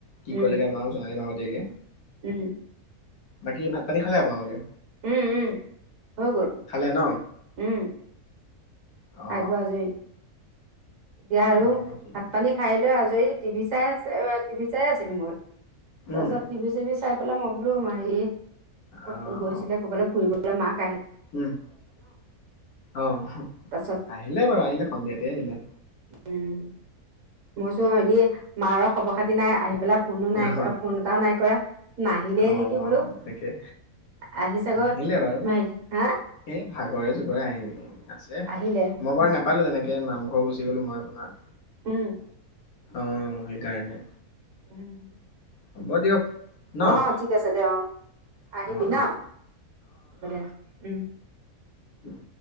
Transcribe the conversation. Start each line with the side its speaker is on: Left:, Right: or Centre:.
Left: কি
Right: উম
Left: কৰিলে কেনেকুৱা হব জনাই দিম আও। গে
Right: উম।
Left: বাকী ভাত পানী খালে আপোনালোকে?
Right: উম। উম। হৈ গ'ল।
Left: খালে ন
Right: উম।
Left: অ
Right: খাই বৈ আজৰি। এতিয়া আৰু
Left: উম ঠিক
Right: ভাত
Left: আছে।
Right: পানী খাই লৈ আজৰি টিভি চাই আছে টিভি চাই আছিলো মই। তাপিছত
Left: উম
Right: টিভি চিভি চাই পেলাই মই বোলো মাৰি
Left: অ
Right: এ গৈছিলে
Left: অ
Right: ক'বালৈ ফুৰিব কমাক
Left: উম অ। আহিলে
Right: তাৰপিছত
Left: বাৰু, আহিলে সন্ধিয়াতে আহিলে।
Right: উম। মই চো হদি মাৰৰ খবৰ খাতি নাই আহি পেলাই ফোনো নাই
Left: অহ
Right: কৰা, ফোন এটাও নাই কৰা। নাহিলে
Left: অ,
Right: নেকি বোলো
Left: তাকে।
Right: আহি চাগৈ
Left: আহিলে বাৰু।
Right: হেৰি হা
Left: এ ভাগৰে জগৰে আহি আছে। যে
Right: আহিলে
Left: মবাই নাই। নাপালো তেনেকে। নামঘৰ গুচি গলো মই আপোনাৰ।
Right: উম।
Left: অ, সেইকাৰণে।
Right: উম।
Left: হ'ব দিয়ক। ন
Right: অ ঠিক আছে দে অ
Left: অ
Right: আহিবি ন
Left: অ
Right: হ'ব দে উম।
Left: উম।